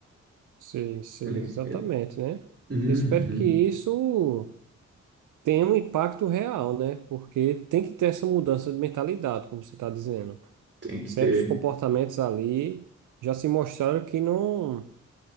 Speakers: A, on the right; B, on the right.
A: Sei, sei,
B: Ele-
A: exatamente,
B: ele-
A: né?
B: Uhum,
A: Espero que isso tenha um impacto real, né? Porque tem que ter essa mudança de mentalidade, como você está dizendo.
B: tem que
A: Certos
B: ter.
A: comportamentos ali já se mostraram que não,